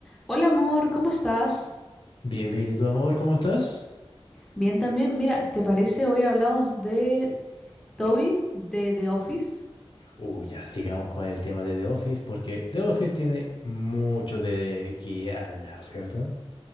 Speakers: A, in the centre; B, on the left.
A: Hola amor, ¿cómo estás?
B: Bien, bien, ¿y tu amor, cómo estás?
A: Bien también. Mira, ¿te parece hoy hablamos de Toby de The Office?
B: Uy, ya, sigamos con el tema de The Office, porque The Office tiene mucho de qué hablar, ¿cierto?